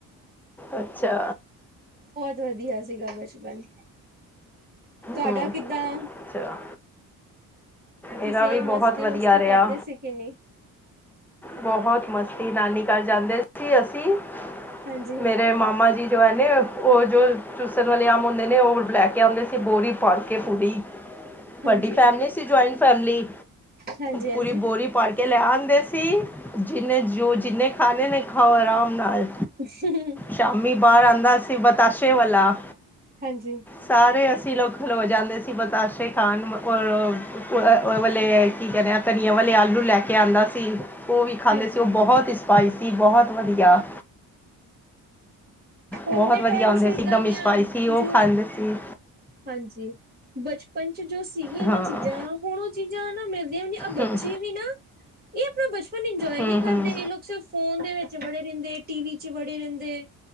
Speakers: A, in the centre; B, on the right.
A: ਅੱਛਾ।
B: ਤ ਵਧੀਆ ਸੀਗਾ ਬਚਪਨ। ਤੁਹਾਡਾ
A: ਹੂੰ
B: ਕਿਦਾਂ
A: ਅੱਛਾ
B: ਤੁਸੀ
A: ਮੇਰਾ ਵੀ
B: ਮਸਤੀ
A: ਬਹੁਤ ਵਧੀਆ
B: ਮੁਸਤੀ
A: ਰਿਹਾ
B: ਕਰਦੇ ਸੀ ਕਿ ਨਹੀ।
A: ਬਹੁਤ ਮਸਤੀ ਨਾਨੀ ਘਰ ਜਾਦੇ ਸੀ ਅਸੀ
B: ਹਾਂਜੀ
A: ਮੇਰੇ ਮਾਮਾ ਜੀ ਜੋ ਹੈ ਨਾ ਉਹ ਜੋ ਚੂਸਣ ਵਾਲੇ ਆਮ ਹੁੰਦੇ ਨੇ ਉਹ ਲੈ ਕੇ ਆਂਦੇ ਸੀ ਬੋਰੀ ਭਰ ਕੇ ਪੂਰੀ
B: ਹਾਂਜੀ
A: ਵਡੀ ਫੈਮਿਲੀ ਸੀ ਜੁਆਇਨ ਫੈਮਲੀ,
B: ਹਾਂਜੀ ਹਾਂਜੀ
A: ਪੂਰੀ ਬੋਰੀ ਭਰ ਕੇ ਲੈ ਆਂਦੇ ਸੀ। ਜਿਨ ਜੋ ਜਿਹਨੇ ਖਾਨੇ ਨੇ ਖਾਓ ਆਰਾਮ ਨਾਲ।
B: <inaudible>
A: ਸ਼ਾਮੀ ਬਾਹਰ ਆਂਦਾ ਸੀ ਬਤਾਸ਼ੇ ਵਾਲਾ।
B: ਹਾਂਜੀ।
A: ਸਾਰੇ ਅਸੀਂ ਲੋਕ ਖਲੋ ਜਾਂਦੇ ਸੀ ਬਤਾਸ਼ੇ ਖਾਣ ਓ ਆ ਉਹ ਵਾਲੇ ਕੀ ਕਹਿੰਦੇ ਆ। ਧਨੀਆ ਵਾਲੇ ਆਲੂ ਲੈ ਕੇ ਆਂਦਾ ਸੀ, ਉਹ ਵੀ ਖਾਂਦੇ
B: ਹਾਂਜੀ
A: ਸੀ ਉਹ ਬਹੁਤ ਸਪਾਈਸੀ ਬਹੁਤ ਵਧੀਆ।
B: ਹੁਣ
A: ਬਹੁਤ
B: ਦੇ
A: ਵਧੀਆ
B: ਟਾਈਮ
A: ਹੁੰਦੇ
B: ਚ ਏਦਾਂ
A: ਸੀ ਇੱਕਦਮ
B: ਦੀਆਂ
A: ਸਪਾਈਸੀ ਉਹ
B: ਜੋ
A: ਖਾਂਦੇ ਸੀ
B: ਹਾਂਜੀ, ਬਚਪਨ ਚ ਜੋ ਸੀਗੀਆਂ
A: ਹਾਂ
B: ਨਾ ਚੀਜ਼ਾਂ ਹੁਣ ਉਹ ਚੀਜ਼ਾਂ ਨਾ ਮਿਲਦੀਆਂ ਵੀ ਨੀ ਬੱਚੇ
A: ਹਮ
B: ਵੀ ਨਾ ਇਹ ਆਪਣਾ ਬਚਪਨ ਇਜੋਏ
A: ਹਮ
B: ਨਹੀ ਕਰਦੇ
A: ਹਮ
B: ਇਹ ਲੋਕ ਫੋਨ ਦੇ ਵਿਚ ਵੜੇ ਰਹਿੰਦੇ, ਟੀ ਵੀ ਚ ਵੜੇ ਰਹਿੰਦੇ